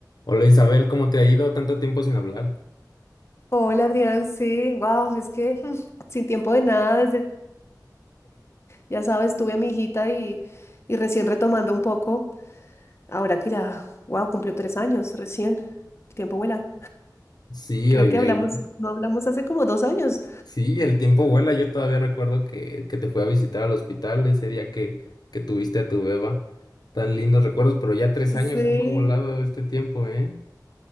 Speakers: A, on the left (about 65°); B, on the left (about 35°).
A: Hola Isabel, ¿cómo te ha ido? Tanto tiempo sin hablar.
B: Hola Adrián, sí, wow, es que <laughs> mm, sin tiempo de nada, desde, ya sabes, tuve a mi hijita y, y recién retomando un poco, ahora que ya, wow, cumplió tres años, recién, el tiempo vuela.
A: Sí,
B: Creo
A: oye,
B: que hablamos,
A: el,
B: no hablamos hace como dos años.
A: sí, el tiempo vuela. Yo todavía recuerdo que, que te fui a visitar al hospital ese día que, que tuviste a tu beba. Tan lindos recuerdos, pero ya tres
B: Sí,
A: años, ¿cómo ha volado este tiempo, eh?